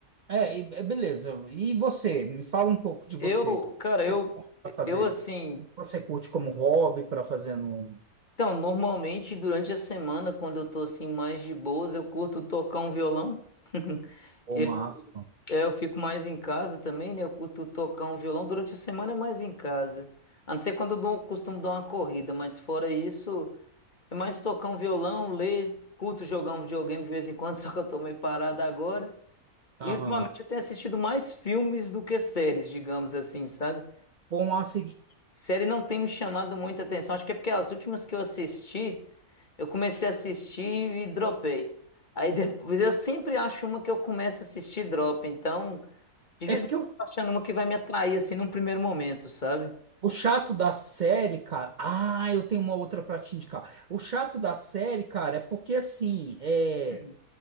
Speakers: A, on the right; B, on the left.
A: É, e- é, beleza. E você? Me fala um pouco de você.
B: Eu, cara,
A: Você
B: eu,
A: para fazer?
B: eu assim.
A: Você curte como hobby para fazer no
B: Então, normalmente durante a semana, quando eu tô assim mais de boas, eu curto tocar um violão. <laughs>
A: Pô,
B: Eu,
A: massa.
B: é, eu fico mais em casa também, né? Eu curto tocar um violão. Durante a semana é mais em casa. A não ser quando eu dou, costumo dar uma corrida, mas fora isso. É mais tocar um violão, ler, curto jogar um videogame de vez em quando, <laughs> só que eu tô meio parado agora.
A: Aham.
B: E ultimamente eu tenho assistido mais filmes do que séries, digamos assim, sabe?
A: bom massa. e-
B: Série não tem me chamado muita atenção. Acho que é porque as últimas que eu assisti, eu comecei a assistir e dropei. Aí <laughs> depois eu sempre acho uma que eu começo a assistir e drop. Então, dificilmente
A: É porque o,
B: eu tô achando uma que vai me atrair assim num primeiro momento, sabe?
A: o chato da série, cara. Ah, eu tenho uma outra pra te indicar. O chato da série, cara, é porque assim, é
B: Hum.